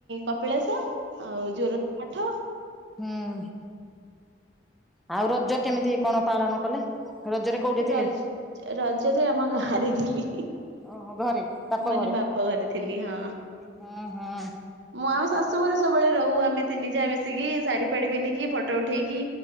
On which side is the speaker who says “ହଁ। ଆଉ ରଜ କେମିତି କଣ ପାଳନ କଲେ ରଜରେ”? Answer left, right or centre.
Centre